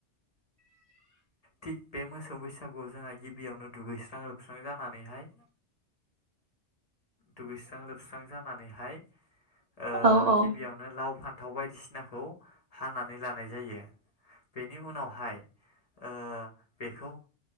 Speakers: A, on the right; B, on the left.
A: <inaudible>
B: थिग बे मोसौ बैसागुआव जोंहा गिबियावनो दुगैस्रां लोबस्रां जानानैहाय दुगैस्रां लोबस्रां जानानैहाय ओ
A: औ औ
B: गिबियावनो लाव फान्थाव बायदिसिनाखौ हानानै लानाय जायो। बेनि उनावहाय ओ बेखौ